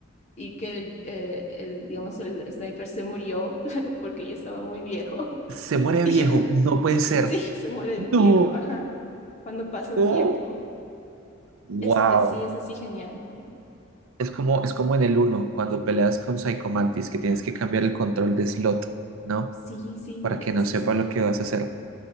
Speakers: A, on the left (about 35°); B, on the right (about 80°).
A: y que el, eh, el, digamos, el sniper se murió <laughs> porque ya estaba muy viejo,
B: Se
A: <laughs>
B: muere
A: y
B: viejo,
A: ya,
B: no puede ser.
A: sí, se muere
B: No,
A: de viejo, ajá, cuando pasa un
B: Oh.
A: tiempo,
B: Wow.
A: es, es- sí, es así genial.
B: Es como, es como en el uno cuando peleas con Psychomantis que tienes que cambiar el control de slot, ¿no?
A: Sí, sí,
B: Para que
A: eh,
B: no
A: sí,
B: sepa
A: sí.
B: lo que vas a hacer.